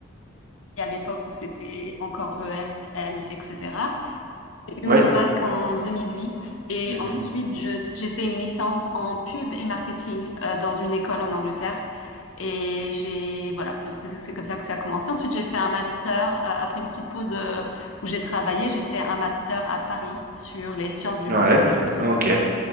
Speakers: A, on the left (about 80°); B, on the right (about 45°).
A: à l'époque où c'était encore ES, L, etc. J'ai eu
B: Ouais.
A: mon bac en 2008 et
B: Mhm.
A: ensuite je- j'ai fait une licence en pub et marketing euh, dans une école en Angleterre. Et j'ai, voilà, c'est c'est comme ça que ça a commencé. Ensuite, j'ai fait un master, euh, après une petite pause euh, où j'ai travaillé, j'ai fait un master à Paris sur les sciences du
B: Ouais.
A: langage. Donc,
B: Ok.